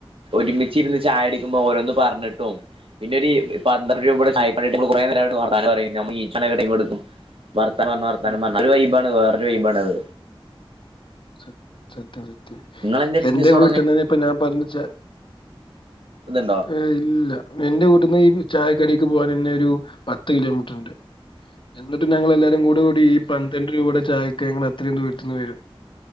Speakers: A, on the right; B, on the left.
A: ഒരുമിച്ചിരുന്ന് ചായകുടിക്കുമ്പോൾ ഓരോന്ന് പറഞ്ഞിട്ടും പിന്നൊരി പന്ത്രണ്ടു രൂപയുടെ ചായക്കടി
B: ആഹ്
A: കിട്ടിയ നമ്മള് കുറേ നേരം ഇരുന്ന് വർത്താനം പറയും നമ്മൾ ഈ <unintelligible> എ ടുക്കും വർത്താനം പറഞ്ഞ് വർത്താനം
B: ഉം
A: പറഞ്ഞ് അതൊരു വൈബാണ് വേറൊരു വൈബാണ് അത്
B: സത് സത്യാണ്
A: നിങ്ങളെന്തേ ബിസിനസ്
B: എന്റെ
A: തുടങ്ങണേ
B: വീട്ടിന്നന്നെ ഇപ്പ ഞാൻ പറഞ്ഞുച്ച
A: ഇതുണ്ടോ
B: ഏയ് ഇല്ല എന്റെ വീട്ടിൽന്ന് ഈ ചായക്കടക്ക് പോകൻ തന്നൊരു പത്ത് കിലോമീറ്ററുണ്ട് എന്നിട്ടും ഞങ്ങൾ എല്ലാവാരും കൂടെ കൂടി ഈ പന്ത്രണ്ട് രൂപയുടെ ചായക്ക് ഞങ്ങൾ അത്രയും ദൂരത്തുന്ന് വരും